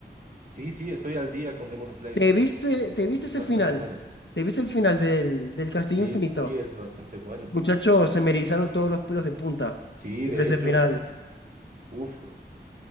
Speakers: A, on the right (about 45°); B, on the left (about 75°).
A: Sí, sí, estoy al día con Demon Slayer.
B: ¿Te viste, te viste
A: Es
B: ese
A: bastante
B: final?
A: buena.
B: ¿Te viste el final del, del Castillo
A: Sí,
B: Infinito?
A: sí, es bastante bueno.
B: Muchachos, se me erizaron todos los pelos de punta
A: Sí,
B: al
A: de
B: ver ese
A: hecho,
B: final.
A: uff,